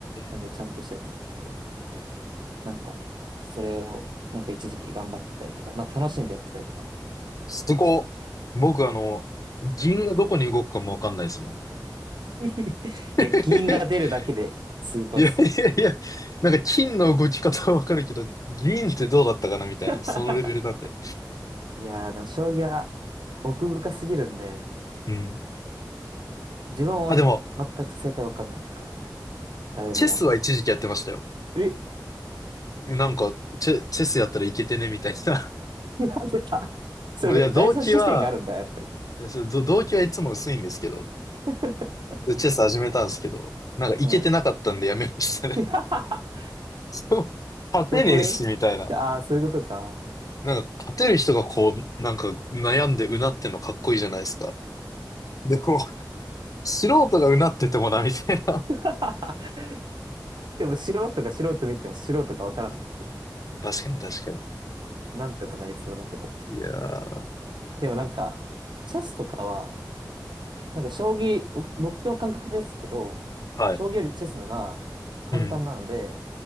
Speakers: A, on the right (about 80°); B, on the left (about 50°).
A: なんでちゃんとしたやつなんですけど、
B: えー。
A: なんかそれをなんか一時期頑張ってたりとか、まあ楽しんでやってたりとか
B: すごっ。
A: してました。
B: 僕あの、銀がどこに動くかもわかんないですもん。
A: <laughs> いや、
B: <laughs>
A: 銀が出るだけですごいっすわ。
B: いやいやいや、なんか金の動き方はわかるけど、銀ってどうだったかなみたいな、
A: <laughs>
B: そのレベルなんで。
A: いやー、でも将棋は奥深すぎるんで、
B: うん。
A: 自分も全く正解わかんないですからね。
B: あ、でも、
A: 誰もわかんない。
B: チェスは一時期やってましたよ。
A: え、
B: なんか、チェ、チェスやったらいけてね、みたいな。
A: <laughs> なんでだ
B: <laughs>
A: <laughs> そう、
B: もういや、
A: だから第三視点があるんだ、
B: 動機は、
A: やっぱり。
B: そうど動機はいつも薄いんですけど、
A: <laughs>
B: チェス始めたんですけど、なんかいけてなかったんでやめましたね。
A: はい。<laughs>
B: <laughs> そう、勝てねえし、
A: どこへあ
B: みたいな。
A: <laughs> あー、そういうことか。
B: なんか、勝てる人がこう、なんか、悩んでうなってんのかっこいいじゃないですか。でも、素人がうなっててもな、みたいな。
A: <laughs> でも素人が素人見ても素人がわからないって
B: <laughs> 確かに確か
A: なんとかなりそうだけど。
B: に。いやー。
A: でもなんか、チェスとかは、なんか将棋、僕僕の感覚ですけど、
B: はい。
A: 将棋よりチェスのが簡単なので、
B: うん。